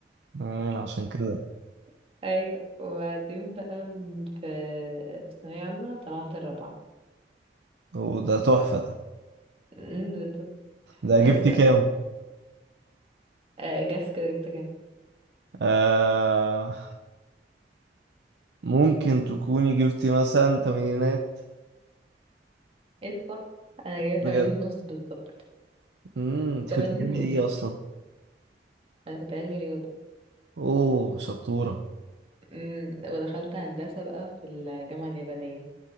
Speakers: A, on the right; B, on the right.
A: م، عشان كده
B: <laughs> ايوه وبعدين بقى من- في في ثانوية عامة طلعت الرابعة
A: وده تحفة ده
B: أمم، بالظبط.
A: ده
B: بس
A: جبتي
B: بقى
A: كام؟
B: آه، جس كده جبت كام
A: آه ممكن تكوني جبتي مثلا تمانينات
B: ايه ده صح انا جايبة
A: بجد
B: تمانين ونص بالظبط
A: امم انت
B: تمانين
A: كنت بتعمل
B: ونص
A: ايه اصلا
B: انا كنت علمي رياضة
A: اوه شطورة
B: أمم، ودخلت هندسة بقى في الجامعة اليابانية